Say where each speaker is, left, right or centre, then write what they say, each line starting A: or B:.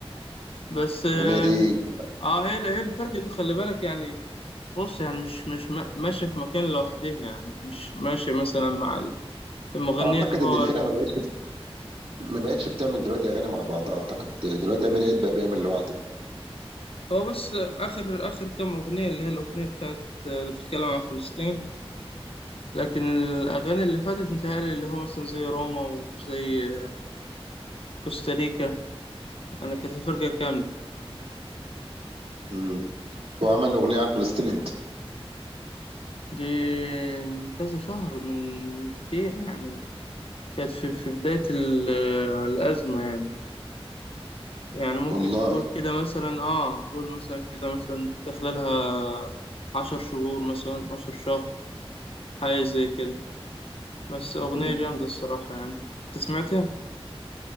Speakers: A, on the left; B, on the right.
A: بس اه
B: الاغنيه دي
A: آه، هي هي الفرقة دي خلي بالك يعني بص يعني مش مش ما- ماشية في مكان لوحدها يعني مش ماشية مثلا مع ال- المغنية
B: اعتقد
A: اللي هو
B: ان الفرقه ما بقتش ما بقتش بتعمل دلوقتي اغاني مع بعضها اعتقد دلوقتي امير عيد بقى بيعمل لوحده
A: هو بس آخر آخر كام أغنية اللي هي الأغنية بتاعت آه، اللي بتتكلم عن فلسطين لكن الأغاني اللي فاتت متهيألي اللي هو مثلا زي روما وزي آه، كوستاريكا يعني كانت فرقة كاملة
B: امم هو عمل اغنيه عن فلسطين امتى؟
A: دي من كذا شهر من من كتير يعني كانت في في بداية ال- آه، الأزمة يعني يعني ممكن
B: والله
A: تقول كده مثلا اه قول مثلا كده مثلا داخله لها عشر شهور مثلا عشر شهر حاجة زي كده بس أغنية
B: مم.
A: جامدة الصراحة يعني أنت سمعتها